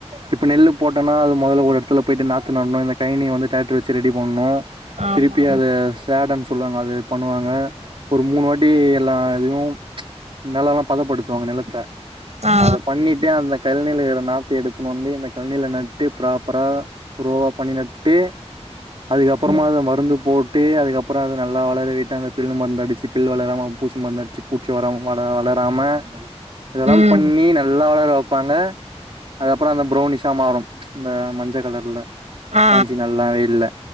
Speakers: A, on the right; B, on the right.
A: இப்ப நெல்லுப் போட்டோனா அது மொதல ஒரு எடத்துல போயி்ட்டு நாத்து நட்னு இந்தக் கைனிய வந்து டிராக்டர் வெச்சு ரெடி பண்ணு
B: ஆமா
A: திருப்பி அதச் சேடன் சொல்லுவாங்க அது பண்ணுவாங்க ஒரு மூனு வாட்டி எல்லா இதையும் நெலலாம் பதப்படுத்துவாங்க நிலத்த
B: ஆமா ஆ
A: அதப் பண்ணிட்டே அந்தக் கழ்னில இகர நாத்த எடுத்துனு வந்து இந்த கழ்னில நட்டு ப்ராப்பரா ரோவாப் பண்ணி நட்டு அதுகப்பறமா
B: ம்
A: அத மருந்து போட் ட்டு அதுகப்பறோ அது நல்லா வளரவிட்டு அந்தப் பில்லு மருந்த அடிச்சி பில்லு வளராம பூசி மருந்த அட்ச்சிப் பூட் ச்சோறோ வள வளராமே இதலாம்
B: ம்
A: பண்ணி நல்லா வளர வெப்பாங்க அது அப்பறோ அந்த ப்ரௌனிஷா மாறும் இந்த மஞ்சக் கலர்ல
B: ஆ
A: காஞ்சி நல்லா வெயில்ல